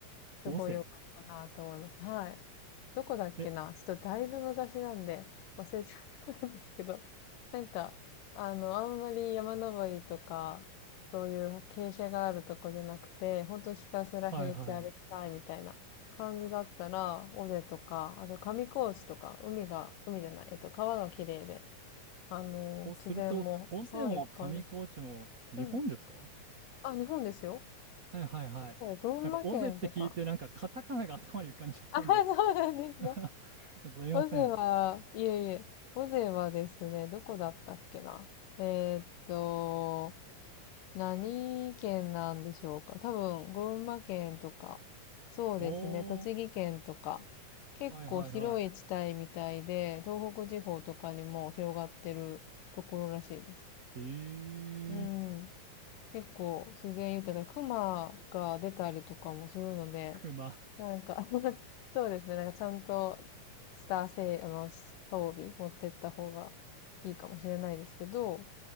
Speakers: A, on the left (about 75°); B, on the right (about 60°).
A: すごい良かったなと思います。
B: 尾瀬。
A: はい。どこだっけなちょっとだいぶ昔なんで忘れちゃったんですけど、
B: え、
A: なんか、あの、あんまり山登りとか、そういう傾斜があるとこじゃなくて、本当ひたすら平地歩きたいみたいな感じだったら、
B: はいはい。
A: 尾瀬とか、あと上高地とか、海が、海じゃない、えっと、川が綺麗で、あの、
B: をすると、
A: 自然も、
B: 尾瀬も上高地も日本ですか
A: はい、いっぱいです。うん。あ、日本ですよ。
B: はいはいはい。
A: 群馬県とか。
B: なんか、オゼって聞いて、なんか、カタカナが <laughs> 頭に浮かんじゃったんで
A: あ、そうなんですか。
B: <laughs> すいません。
A: 尾瀬は、いえいえ、尾瀬はですね、どこだったっけな。えーっと、何県なんでしょうか。多分、群馬県とか、そうですね、
B: おー、
A: 栃木県とか、結構広い地帯みたいで、
B: はいはいは
A: 東北地方とかにも広がってるところらしいです。
B: い。へえ、
A: うん、結構自然豊かで、熊が出たりとかもするので、
B: <laughs> 熊。
A: なんか <laughs> そうですね。なんかちゃんとスター性、あの、装備持ってった方がいいかもしれないですけど、